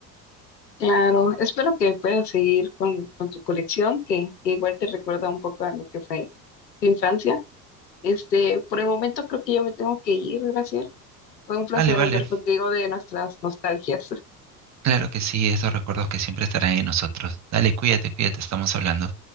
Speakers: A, on the left; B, on the right.
A: Claro, espero que puedas seguir con, con tu colección, que, que igual te recuerda un poco a lo que fue tu infancia. Este, por el momento creo que yo me tengo que ir, Graciela. Fue un placer
B: Vale, vale.
A: hablar contigo de nuestras nostalgias.
B: Claro que sí, esos recuerdos que siempre estarán en nosotros. Dale, cuídate, cuídate, estamos hablando.